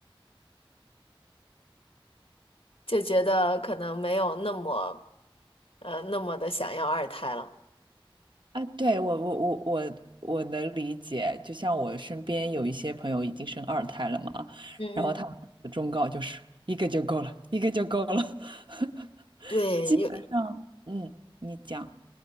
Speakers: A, on the left; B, on the right.
A: <laughs> 就觉得可能没有那么呃那么的想要二胎了。
B: 啊。对，我，我，我，我。我能理解，就像我身边有一些朋友已经生二胎了嘛，
A: 嗯嗯，
B: 然后他们的忠告就是一个就够了，一个就够了。<laughs>
A: 对，
B: 基本上，
A: 有
B: 嗯，你讲